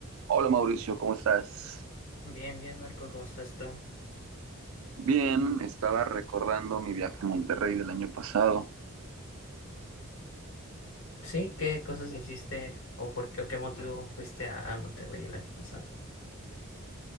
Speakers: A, on the right; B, on the left.
A: Hola Mauricio, ¿cómo estás?
B: Bien, bien, Marco, ¿cómo estás tú?
A: Bien, estaba recordando mi viaje a Monterrey del año pasado.
B: Sí, ¿qué cosas hiciste o por qué o qué motivo fuiste a, a Monterrey el año pasado?